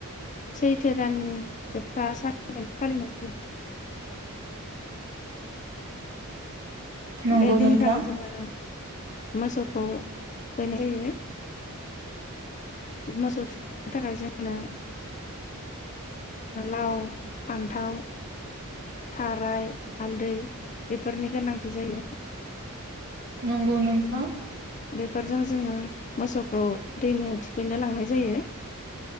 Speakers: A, on the left; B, on the right.
A: सैथो दाननि जोबथा साननिफ्राय फालिनाय जायो।
B: नंगौ
A: बे दिनखालि
B: नोंथां
A: जोङो मोसौखौ थुखैनाय जायो मोसौ थुखैनो थाखाय जोंनो लाव फान्थाव थाराय हालदै बेफोरनि गोनांथि जायो।
B: नंगौ नोंथां।
A: बेफोरजों जोङो मोसौखौ दैमायाव थुखैनो लांनाय जायो।